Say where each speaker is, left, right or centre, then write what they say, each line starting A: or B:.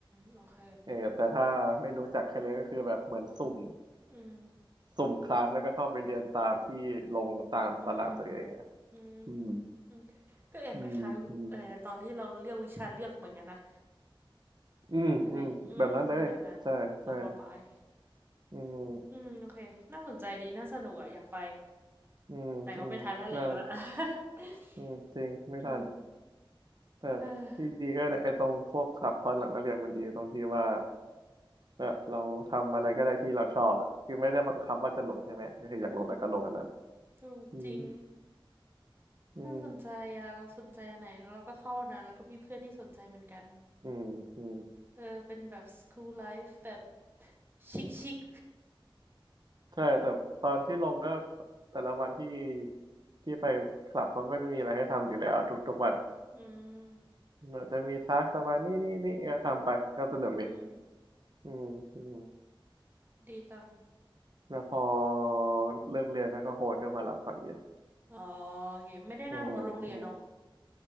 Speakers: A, on the right; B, on the right.
A: โอเค
B: ๆเออแต่ถ้าไม่รู้จักใครเลยก็คือแบบเหมือนสุ่ม
A: อืม
B: สุ่มคลาสแล้วก็เข้าไปเรียนตามที่ลงตามตารางตัวเองอ่ะ
A: อืมอืม
B: อืม
A: โอเคก็แอบคล้ายๆเอ่อตอนที่เราเรียกวิชาเลือกเหมือนกันนะ
B: อืมอืม อืมอืมแบบนั้นเลยใช่ใช่
A: ใช่ไหม อืมแค่แนวนั้นตอนมปลาย
B: อืม
A: อืม โอเคน่าสนใจดีน่าสนุกอะอยากไป
B: อืมอืมน่า
A: แต่ก็ไม่ทันแล้วเลยไปละ <laughs>
B: อืมจริงไม่ทัน
A: อืม
B: แต่ที่ดีก็เนี่ยไอ้ตรงพวกคลับตอนหลังเราเรียนมันดีตรงที่ว่า
A: เออ
B: แบบเราทำอะไรก็ได้ที่เราชอบอ่ะคือไม่ได้บังคับว่าจะลงใช่ไหมก็คืออยากลงแล้วก็ลงอันนั้น
A: อืมโอ้จริง
B: อืมอืม
A: น่าสนใจอะเราสนใจอันไหนแล้วเราก็เข้าอันนั้นแล้วก็มีเพื่อนที่สนใจเหมือนกัน
B: อืมอืม
A: เออเป็นแบบ school life แบบชิคชิค
B: ใช่แต่ตอนที่ลงก็แต่ละวันที่ที่ไปคลับเขาก็จะมีอะไรให้ทำอยู่แล้วทุกๆวัน
A: อืม
B: อาจจะมีทักประมาณนี่นี่นี่เออทำไปก็สนุกดี
A: อืม
B: อืมอืม
A: ดีจัง
B: แล้วพอเลิกเรียนแล้วก็โฮสต์ก็มารับตอนเย็น
A: อ๋อโอเคไม่ได้นั่งรถโรงเรียนเนาะ
B: อืมอืม